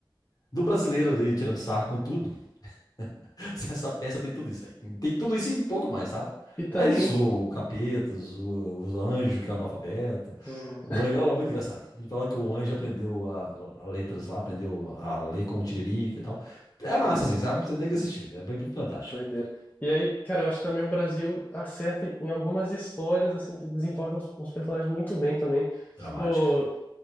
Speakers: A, on the left (about 45°); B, on the left (about 20°).
A: do brasileiro ali tirando sarro com tudo. <laughs> Essa peça tem tudo isso, velho. Tem tudo isso e um pouco mais, sabe?
B: E também.
A: Lá eles zoam o capeta, zoa os anjos que é analfabeto.
B: Uhum,
A: O anjo, ó, é muito engraçado. Ele fala que o anjo aprendeu a, a letras lá, aprendeu a ler com o Tiririca e tal. É
B: uhum,
A: massa, assim, sabe? Você tem que assistir. É bem fantástico.
B: doideira. E aí, cara, eu acho que também o Brasil acerta em em algumas histórias, assim, que desenvolvem uns, uns personagens muito bem também. Tipo,
A: Dramática.